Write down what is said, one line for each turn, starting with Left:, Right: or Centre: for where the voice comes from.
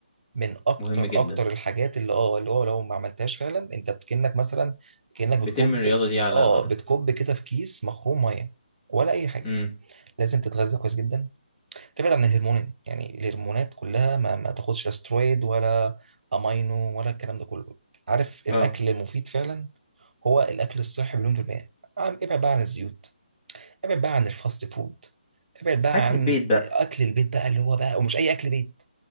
Right: من اكتر
Left: مهم جدا
Right: اكتر الحاجات اللي اه اللي هو لو ما عملتهاش فعلا انت كأنك مثلا كأنك بتكب
Left: بترمي الرياضة دي على
Right: اه
Left: الأرض
Right: بتكب كده في كيس مخروم ميه ولا اي حاجه
Left: أمم.
Right: لازم تتغذى كويس جدا تبعد عن الهرمونات يعني الهرمونات كلها ما, ما تاخدش لا سترويد ولا امينو ولا الكلام ده كله عارف الاكل
Left: أه
Right: المفيد فعلا هو الاكل الصحي مليون في المية عم- ابعد بقى عن الزيوت ابعد بقى عن الفاست فود ابعد بقى
Left: أكل
Right: عن
Left: البيت بقى
Right: اكل البيت بقى اللي هو بقى ومش اي اكل بيت